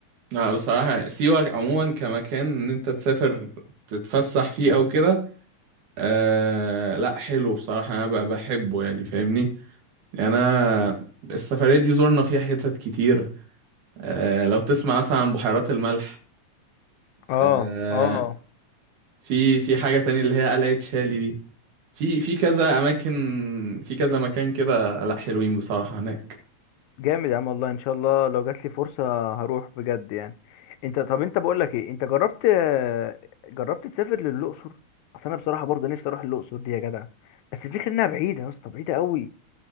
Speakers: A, on the right; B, on the left.
A: لا بصراحه سيوه عموما كمكان ان انت تسافر تتفسح فيه او كده آه لا حلو بصراحه انا ب- بحبه يعني فاهمني يعني انا السفريه دي زرنا فيها حتت كتير آه لو تسمع مثلا عن بحيرات الملح
B: اه
A: آه،
B: اه
A: في في حاجة تانية اللي هي قلعة شالي دي في في كذا أماكن في كذا مكان كده لأ حلوين بصراحة هناك
B: جامد يا عم والله ان شاء الله لو جات لي فرصة هروح بجد يعني انت طب انت بقول لك ايه انت جربت جربت تسافر للاقصر اصل انا بصراحة برضه نفسي اروح الاقصر دي يا جدع بس الفكرة انها بعيدة يا اسطى بعيدة قوي